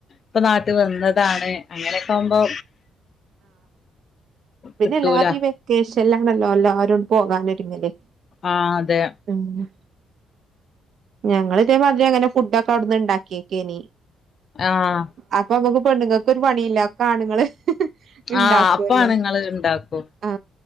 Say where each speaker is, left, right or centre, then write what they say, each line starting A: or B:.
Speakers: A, on the left (about 45°); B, on the right (about 65°).
A: പ്പനാട്ട് വന്നതാണ് അങ്ങനൊക്കെ ആവുമ്പോ
B: പിന്നെഎല്ലാരും
A: കിട്ടൂല
B: ഇ വെക്കേഷൽആണല്ലോഅല്ലാരും പോകാൻ ഒര്ങ്ങല്
A: ആതെ
B: പിന്നെ ഞങ്ങള് ഇതേമാതിരി അങ്ങനെ ഫുഡോക്കെ ഔട്ന്ന് ഇണ്ടാക്കിക്കെയ്നി
A: ആഹ്
B: അപ്പൊമ്മക്ക് പെണ്ണുങ്ങക്ക്ഒരു പണില്ല ഒക്കെആണ്ങ്ങള് ഇണ്ടാക്കൊല്ലോ
A: ആഹ് അപ്പാണ് ഇങ്ങള് ഇണ്ടാക്കും
B: ആ